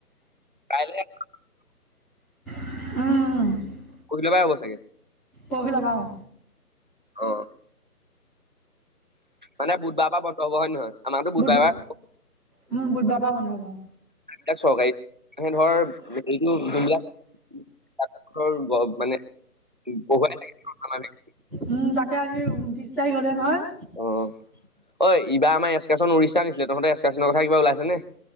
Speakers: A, on the right; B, in the centre.
A: কাইলৈ
B: উম'- উম'।
A: পৰহি লৈ পৰা হ'ব চাগে?
B: পৰহিলৈ পৰা অ'।
A: অ'। মানে বুধবাৰৰ পৰা বন্ধ হ'ব হয় নে নহয়? আমাৰতো বুধবাৰৰ
B: বুধ, উম', বুধ বাৰ পৰা বন্ধ হ'ব অ'।
A: তাক চৰকাৰী <unintelligible> ধৰ হেৰিটো কোনবিলাক ৰ মানে বহুৱাই থাকে <inaudible>
B: উম', তাকে আজি ঊনত্ৰিছ তাৰিখ হলে নহয়।
A: অ'-অ', অই ইবাৰ আমাৰ এ্কাশ্যন উডৰিষ্যা নিছিলে, তহঁতে এ্কশ্যনৰ কথা কিবা ওলাইছে নে